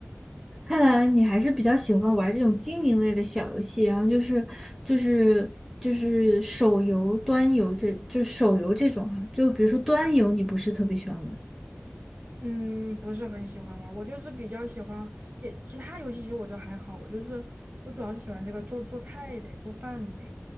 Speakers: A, in the centre; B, on the right (about 40°).
A: 看来你还是比较喜欢玩这种经营类的小游戏，然后就是就是就是手游、端游这就手游这种哈，就比如说端游，你不是特别喜欢玩，
B: 嗯，不是很喜欢玩儿，我就是比较喜欢，也其他游戏其实我觉得还好，我就是我主要是喜欢这个做做菜的，做饭的。